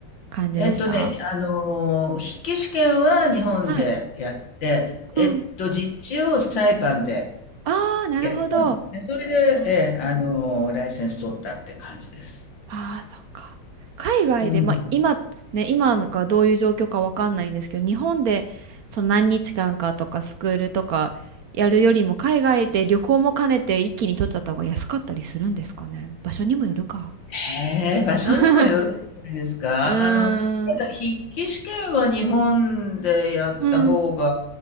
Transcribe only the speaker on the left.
えっとね、あのー、筆記試験は日本でやって、
えっと、
実地をサイパンで
やったんですね。それで、
ええ、あのー、ライセンス取ったって感じです。
うん。
へえ、場所にもよるんじゃないですか。
あの、ただ筆記試験は日本でやった方が、